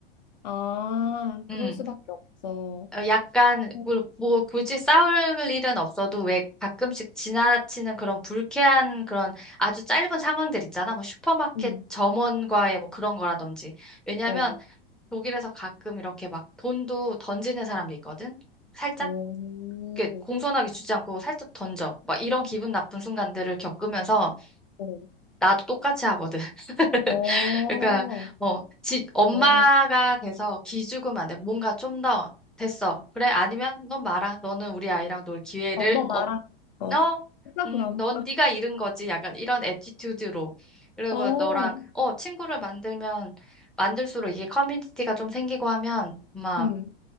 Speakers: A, on the left; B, in the centre.
A: 아,
B: 음,
A: 그럴 수밖에 없어.
B: 어, 약간,
A: 음,
B: 뭐, 뭐, 굳이 싸울 일은 없어도 왜 가끔씩 지나치는 그런 불쾌한 그런 아주 짧은 상황들 있잖아. 뭐 슈퍼마켓
A: 음.
B: 점원과의 뭐 그런 거라든지. 왜냐면
A: 어,
B: 독일에서 가끔 이렇게 막 돈도 던지는 사람도 있거든. 살짝.
A: 어,
B: 이렇게 공손하게 주지 않고 살짝 던져. 막 이런 기분 나쁜 순간들을 겪으면서
A: 어.
B: 나도 똑같이 하거든. <laughs>
A: 어, 어,
B: 그러니까 뭐 지, 엄마가
A: 아,
B: 돼서 기죽으면 안 돼. 뭔가 좀 더 됐어. 그래? 아니면 넌 말아. 너는 우리 아이랑 놀 기회를
A: 어, 너 나랑,
B: 없.
A: 어,
B: 어
A: 했다
B: 음,
A: 그럼.
B: 넌 네가 잃은 거지. 약간 이런 애티튜드로. 그리고
A: 어,
B: 너랑 어 친구를 만들면 만들수록 이게 커뮤니티가 좀 생기고 하면 아마
A: 음,